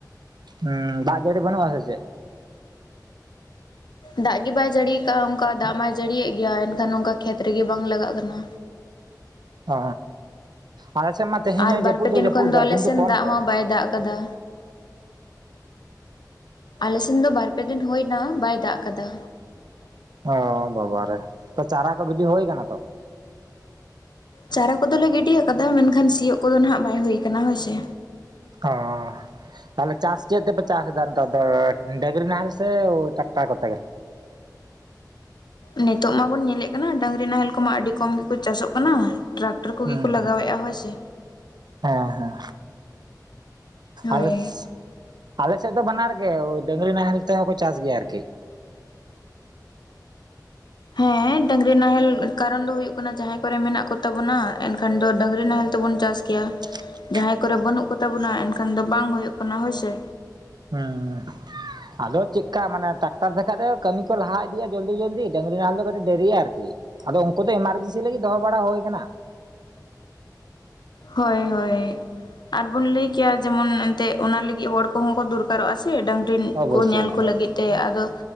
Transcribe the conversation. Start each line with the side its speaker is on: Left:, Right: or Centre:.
Right: ᱦᱩᱸ ᱫᱟᱜ ᱡᱟᱹᱲᱤ ᱵᱟᱹᱱᱩᱜᱼᱟ ᱥᱮ ᱪᱮᱫ?
Left: ᱫᱟᱜ ᱜᱮ ᱵᱟᱭ ᱡᱟᱹᱲᱤᱭ ᱠᱟᱜᱼᱟ ᱚᱝᱠᱟ ᱫᱟᱜ ᱢᱟᱭ ᱡᱟᱹᱲᱤᱭᱮᱜ ᱜᱮᱭᱟ ᱢᱮᱱᱠᱷᱟᱱ ᱱᱚᱝᱠᱟ ᱠᱷᱮᱛ ᱨᱮᱜᱮ ᱵᱟᱝ ᱞᱟᱜᱟᱜ ᱠᱟᱱᱟ᱾
Right: ᱚ᱾ ᱟᱞᱮ ᱥᱮᱫ ᱢᱟ ᱛᱮᱦᱮᱧ
Left: ᱟᱨ
Right: ᱦᱚᱸ
Left: ᱵᱟᱨ
Right: ᱡᱟᱹᱯᱩᱫ
Left: ᱯᱮ
Right: ᱫᱚᱭ
Left: ᱫᱤᱱ
Right: ᱡᱟᱹᱯᱩᱫ
Left: ᱠᱷᱚᱱ
Right: ᱮᱫᱟ
Left: ᱫᱚ ᱟᱞᱮ
Right: ᱠᱤᱱᱛᱩ
Left: ᱥᱮᱱ
Right: ᱠᱚᱢ
Left: ᱫᱟᱜ
Right: ᱠᱚᱢ
Left: ᱦᱚᱸ ᱵᱟᱭ ᱫᱟᱜ ᱟᱠᱟᱫᱟ᱾ ᱟᱞᱮ ᱥᱮᱱ ᱫᱚ ᱵᱟᱨ ᱯᱮ ᱫᱤᱱ ᱦᱩᱭ ᱮᱱᱟ ᱵᱟᱭ ᱫᱟᱜ ᱟᱠᱟᱫᱟ᱾
Right: ᱚ ᱵᱟᱵᱟ ᱨᱮ ᱛᱚ ᱪᱟᱨᱟ ᱠᱚ ᱜᱤᱰᱤ ᱦᱳᱭ ᱠᱟᱱᱟ ᱛᱚ?
Left: ᱪᱟᱨᱟ ᱠᱚᱫᱚ ᱞᱮ ᱜᱤᱰᱤ ᱟᱠᱟᱫᱟ ᱢᱮᱱᱠᱷᱟᱱ ᱥᱤᱭᱚᱜ ᱠᱚᱫᱚ ᱱᱟᱦᱟᱸᱜ ᱵᱟᱭ ᱦᱩᱭ ᱟᱠᱟᱱᱟ ᱦᱳᱭ ᱥᱮ᱾
Right: ᱚ᱾ ᱛᱟᱦᱚᱞᱮ ᱪᱟᱥ ᱪᱮᱫ ᱛᱮ ᱯᱮ ᱪᱟᱥ ᱮᱫᱟ ᱱᱮᱛᱟᱨ ᱫᱚ ᱰᱟᱹᱝᱜᱽᱨᱤ ᱱᱟᱦᱮᱞ ᱥᱮ ᱴᱟᱠᱴᱟᱨ ᱠᱚᱛᱮ ᱜᱮ?
Left: ᱱᱤᱛᱚᱜ ᱢᱟᱵᱚᱱ ᱧᱮᱞᱮᱫ ᱠᱟᱱᱟ, ᱰᱟᱹᱝᱜᱽᱨᱤ ᱱᱟᱦᱮᱞ ᱠᱚᱢᱟ ᱟᱹᱰᱤ ᱠᱚᱢ ᱜᱮᱠᱚ ᱪᱟᱥᱚᱜ ᱠᱟᱱᱟ ᱴᱨᱟᱠ ᱴᱨᱟ ᱠᱚᱜᱮ
Right: ᱦᱩᱸ
Left: ᱠᱚ ᱞᱟᱜᱟᱣᱮᱫᱼᱟ
Right: ᱦᱩᱸ
Left: ᱦᱳᱭ ᱥᱮ,
Right: ᱦᱮᱸ ᱦᱮᱸ,
Left: ᱦᱳᱭ
Right: ᱟᱞᱮ ᱥᱮ ᱟᱞᱮ ᱥᱮᱫ ᱫᱚ ᱵᱟᱱᱟᱨ ᱜᱮ, ᱰᱟᱹᱝᱜᱽᱨᱤ ᱱᱟᱦᱮᱞ ᱛᱮᱦᱚᱸ ᱠᱚ ᱪᱟᱥ ᱜᱮᱭᱟ ᱟᱨᱠᱤ,
Left: ᱦᱮᱸ ᱰᱟᱹᱝᱜᱽᱨᱤ ᱱᱟᱦᱮᱞ ᱠᱟᱨᱚᱱ ᱫᱚ ᱦᱩᱭᱩᱜ ᱠᱟᱱᱟ, ᱡᱟᱦᱟᱸᱭ ᱠᱚᱨᱮ ᱢᱮᱱᱟᱜ ᱠᱚᱛᱟ ᱵᱚᱱᱟ ᱮᱱᱠᱷᱟᱱ ᱫᱚ ᱰᱟᱹᱝᱜᱽᱨᱤ ᱱᱟᱦᱮᱞ ᱛᱮᱵᱚᱱ ᱪᱟᱥ ᱠᱮᱭᱟ,
Right: <unintelligible>
Left: ᱡᱟᱦᱟᱸᱭ ᱠᱚᱨᱮ ᱵᱟᱹᱱᱩᱜ ᱠᱚᱛᱟ ᱵᱚᱱᱟ, ᱮᱱᱠᱷᱟᱱ ᱫᱚ ᱵᱟᱝ ᱦᱩᱭᱩᱜ ᱠᱟᱱᱟ ᱦᱳᱭ ᱥᱮ,
Right: ᱦᱩᱸ <inaudible> ᱟᱫᱚ ᱪᱮᱫᱠᱟ ᱢᱟᱱᱮ ᱴᱨᱟᱠᱴᱟᱨ ᱛᱮ ᱠᱷᱟᱡ ᱫᱚ ᱠᱟᱹᱢᱤ ᱠᱚ ᱞᱟᱦᱟ ᱤᱫᱤᱜᱼᱟ ᱡᱚᱞᱫᱤ ᱡᱚᱞᱫᱤ, ᱰᱟᱹᱝᱜᱽᱨᱤ ᱱᱟᱦᱮᱞ ᱫᱚ ᱠᱟᱹᱴᱤᱡ ᱫᱮᱨᱤᱜᱼᱟ ᱟᱨᱠᱤ, ᱟᱫᱚ ᱩᱝᱠᱩ ᱫᱚ ᱮᱢᱟᱨᱡᱮᱱᱥᱤ ᱞᱟᱹᱜᱤᱫ ᱫᱚᱦᱚ ᱵᱟᱲᱟ ᱦᱩᱭ ᱠᱟᱱᱟ᱾
Left: ᱦᱳᱭ, ᱦᱳᱭ, ᱟᱨ ᱵᱚᱱ ᱞᱟᱹᱭ ᱠᱮᱭᱟ ᱡᱮᱢᱚᱱ ᱮᱱᱛᱮᱫ, ᱚᱱᱟ ᱞᱟᱹᱜᱤᱫ ᱦᱚᱲ ᱠᱚᱦᱚᱸ ᱠᱚ ᱫᱚᱨᱠᱟᱨᱚᱜᱼᱟ ᱥᱮ ᱰᱟᱹᱝ ᱨᱮᱱ
Right: ᱚᱵᱚᱥᱥᱳᱭ
Left: ᱠᱚ ᱧᱮᱞ
Right: ᱦᱮᱸ
Left: ᱠᱚ ᱞᱟᱹᱜᱤᱫ ᱛᱮ, ᱟᱫᱚ